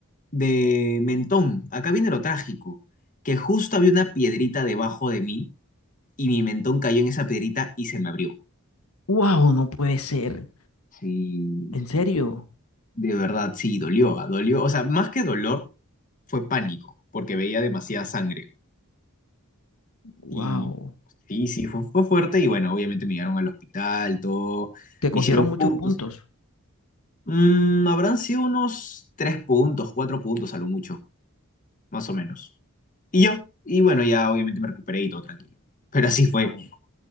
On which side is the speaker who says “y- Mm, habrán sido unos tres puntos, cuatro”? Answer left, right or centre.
Left